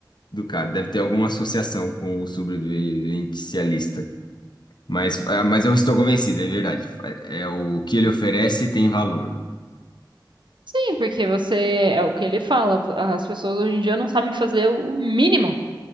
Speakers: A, on the left (about 65°); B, on the right (about 80°).
A: do cara. Deve ter alguma associação com o sobrevivencialista. Mas, ah, mas eu estou convencido, é verdade. É, é o que ele oferece tem valor.
B: Sim, porque você, é o que ele fala, as pessoas hoje em dia não sabem fazer o mínimo,